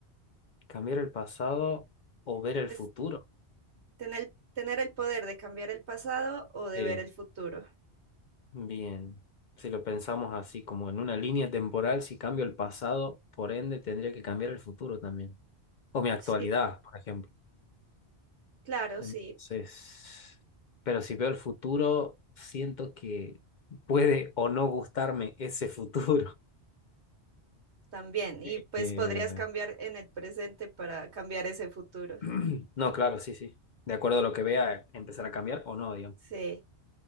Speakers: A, on the left (about 55°); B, on the right (about 85°).
A: ¿Cambiar el pasado o ver el
B: Pues
A: futuro?
B: tener, tener el poder de cambiar el pasado o de
A: Sí.
B: ver el futuro.
A: Bien, si lo pensamos así, como en una línea temporal, si cambio el pasado, por ende tendría que cambiar el futuro también. O mi actualidad,
B: Sí,
A: por ejemplo.
B: claro,
A: Entonces,
B: sí,
A: pero si veo el futuro, siento que puede o no gustarme ese futuro.
B: también. Y
A: Sí.
B: pues
A: Eh,
B: podrías cambiar en el presente para cambiar ese futuro.
A: <clears throat> No, claro, sí, sí. De acuerdo a lo que vea, empezar a cambiar o no, digamos.
B: Sí.